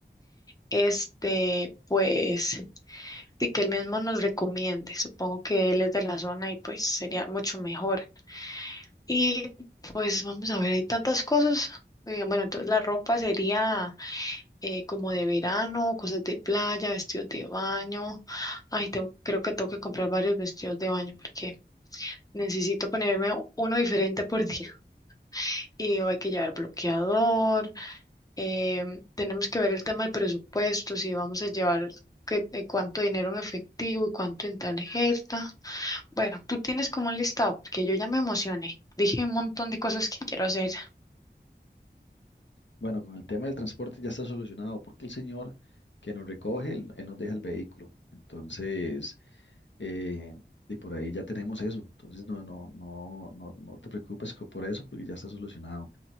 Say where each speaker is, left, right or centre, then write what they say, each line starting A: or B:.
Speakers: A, on the left; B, on the left.
A: este, pues y que él mismo nos recomiende. Supongo que él es de la zona y pues sería mucho mejor. Y pues vamos a ver, hay tantas cosas. Eh, bueno, entonces la ropa sería eh, como de verano, cosas de playa, vestidos de baño. Ay, tengo- creo que tengo que comprar varios vestidos de baño porque necesito ponerme uno diferente por <laughs> día. Y hay que llevar bloqueador. em, tenemos que ver el tema del presupuesto, si vamos a llevar qué- eh, cuánto dinero en efectivo y cuánto en tarjeta. Bueno, tú tienes como un listado, porque yo ya me emocioné. Dije un montón de cosas que quiero hacer.
B: Bueno, con el tema del transporte ya está solucionado porque el señor que nos recoge, él, él nos deja el vehículo. Entonces, eh, y por ahí ya tenemos eso. Entonces, no, no, no, no, no te preocupes co- por eso porque ya está solucionado.